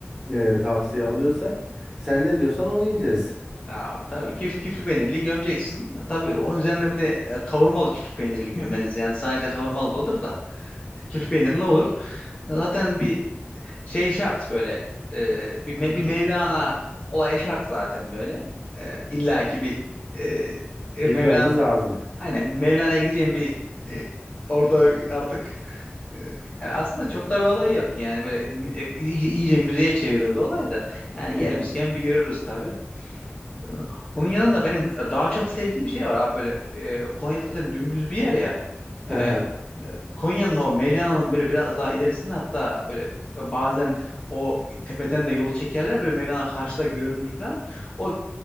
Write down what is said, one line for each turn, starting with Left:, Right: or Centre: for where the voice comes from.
Centre: e, tavsiye alıyorsak sen ne diyorsan onu yiyeceğiz.
Left: Abi tabii küf, küflü peynirli gömeceksin. E, Tabii onun üzerine bir de e, kavurmalı küflü peynirli gömeriz. Yani sadece kavurmalı da olur da. Küflü peynirli olur. E, Zaten bir şey şart böyle e, bir, Me- bir Mevlana olayı şart zaten böyle. E, illa ki bir e, e,
Centre: Gitmemiz
Left: Mevlana
Centre: lazım.
Left: aynen Mevlana'ya gideceğim bir e, orada artık e, yani aslında çok da bir olay yok yani böyle mü- e, iyice, iyice müzeye çevrildi olay da yani gelmişken
Centre: Hı hı.
Left: bir görürüz tabii. E, Onun yanında benim daha çok sevdiğim şey var abi böyle e, Konya zaten dümdüz bir yer ya.
Centre: <laughs>
Left: E, Konya'nın o Mevlana'nın böyle biraz daha ilerisinde hatta böyle e, bazen o tepeden de yolu çekerler böyle Mevlana karşıda görünür falan. O